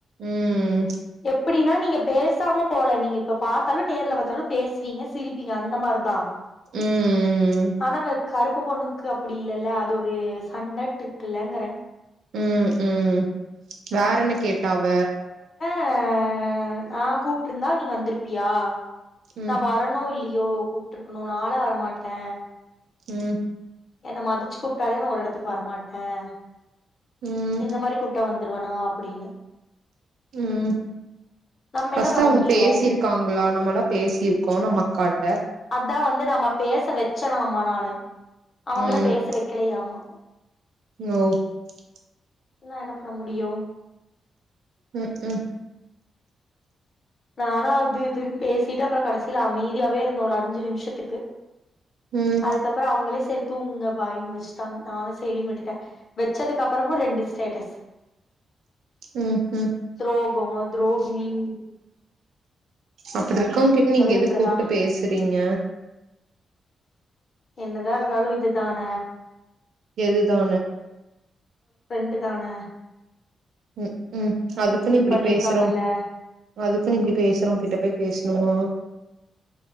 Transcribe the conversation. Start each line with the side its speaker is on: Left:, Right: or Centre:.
Right: ம்
Left: எப் ப்படின்னா நீங்க பேசாம போல நீங்க இப்ப பாத்தாலும் நேர்ல பாத்தாலும் பேசுவீங்க சிரிப்பீங்க அந்த மார்தான்
Right: ம்
Left: ஆனவ கருப்பு பொண்ணுக்கு அப்டி இல்லல்ல அது ஒரு சண்டன்ட்டு இருக்குல்லங்கறன்
Right: உம் உம் வேற என்ன கேட்டாவ
Left: ஊன் டாப் கூப்ட்டுயிருந்தா நீ வந்திருப் பியா
Right: ம்
Left: நான் வரணும் இல்லி ஐயோ கூப்பிட்டுருக்கணும் நாலா வரமாட்டன்
Right: உம்
Left: என்ன மதிச்சு கூப்டாலே ஒரு எடத்துக்கு வரமாட்டேன்
Right: ம்
Left: இந்த மாரி கூப்டா வந்துருவேனா அப்டின்னு
Right: உம்
Left: நம்ம
Right: பஸ்ட்
Left: என்ன பண்ண
Right: அவுங்க
Left: முடியு
Right: பேசியிருக்காங்களா நம்மளாம் பேசியிருக்கோம் நம்ம கட்
Left: அதான் வந்து நம்ம பேச வச்சனாமா நானு அவங்கள
Right: ம்
Left: பேச வெக்கலையாமா <inaudible>
Right: <unintelligible>
Left: நா என்ன பண்ண முடியும்
Right: உம் உஹம்
Left: நானா அது இதுன்னு பேசிட்டு அப்புறம் கடைசியில அமைதியாவே இருந்தோம் ஒரு அஞ்சு நிமிஷத்துக்கு
Right: ம்
Left: அதுக்கப்புறம் அவுங்களே சரி தூங்குங்க பாய்னு வச்சுட்டாங்க நானும் செரின்னு விட்டுட்டேன் வச்சதுக்கு அப்பறம் ரெண்டு ஸ்டேட்டஸ்
Right: ம் ம் ம்
Left: துரோகோ துரோகி ம்
Right: அப்டி இருக்கவுங்க கிட்ட நீங்க எது
Left: இப்டிதா
Right: கூப்டு பேசுறீங்க
Left: என்னதா இருந்தாலும் இதுதான
Right: எதுதான
Left: இதான
Right: உம் உம் அதுக்குன்னு இப்டி
Left: பண்ணிருக்காங்கல்ல
Right: பேசுறோங் அதுக்குன்னு இப்டி பேசுறவுங்ககிட்ட போய் பேசணுமா